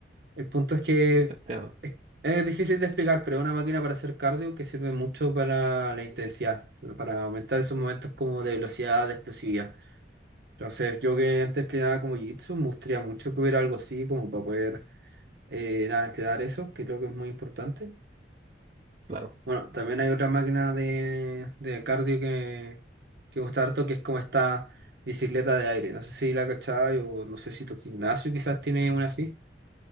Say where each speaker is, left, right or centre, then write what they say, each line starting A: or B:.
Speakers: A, on the right; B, on the right.
A: el punto es que
B: te entiendo,
A: es, es difícil de explicar, pero es una máquina para hacer cardio que sirve mucho para la intensidad, para aumentar esos momentos como de velocidad, de explosividad. Entonces, yo que antes entrenaba como Jiu-Jitsu, me gustaría mucho que hubiera algo así como para poder eh, nada, entrenar eso, que creo que es muy importante.
B: claro.
A: Bueno, también hay otra máquina de, de cardio que, que me gusta harto, que es como esta bicicleta de aire. No sé si la cachai o no sé si tu gimnasio quizás tiene una así.